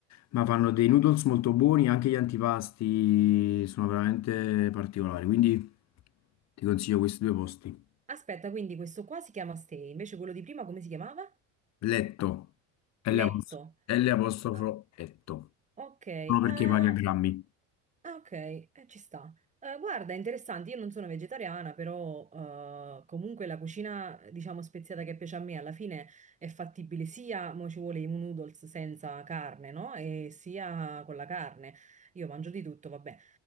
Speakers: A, on the left; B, on the right.
A: ma fanno dei noodles molto buoni, anche gli antipasti sono veramente particolari. Quindi ti consiglio questi due posti.
B: Aspetta, quindi questo qua si chiama Stay, invece quello di prima come si chiamava?
A: Letto, L
B: Letto.
A: apos- L apostrofo,
B: Ah,
A: Letto.
B: Ok, eh,
A: No,
B: ah,
A: perché paghi a grammi.
B: ok, eh, ci sta. Eh, guarda, è interessante, io non sono vegetariana, però eh, comunque la cucina, diciamo, speziata che piace a me alla fine è fattibile sia, mo ci vuole i noodles senza carne, no? E sia con la carne. Io mangio di tutto, vabbè.